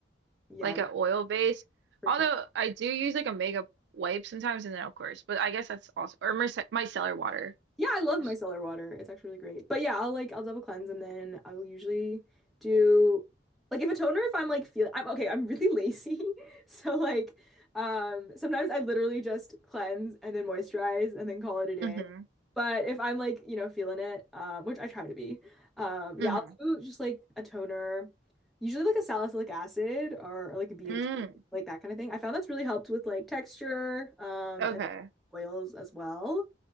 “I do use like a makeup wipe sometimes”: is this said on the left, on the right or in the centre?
Right